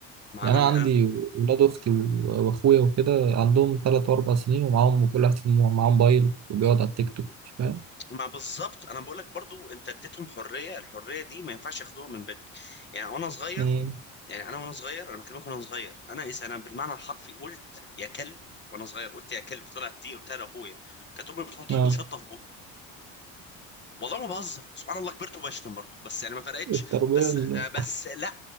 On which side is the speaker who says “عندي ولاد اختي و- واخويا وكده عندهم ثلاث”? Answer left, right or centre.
Right